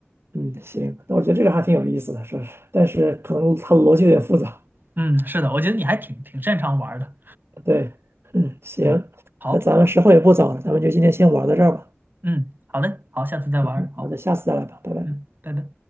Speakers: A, on the right; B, on the right.
A: 嗯，行，那我觉得这个还挺有意思的，是不是？但是可能它的逻辑有点复杂。
B: 嗯，是的，我觉得你还挺挺擅长玩儿的。
A: 对，嗯，行，
B: 嗯，好，
A: 那咱们时候也不早了，咱们就今天先玩到这儿吧。
B: 嗯，好嘞，好，下次再玩儿好，
A: 嗯，好的，下次再来吧，拜拜。
B: 嗯，拜拜。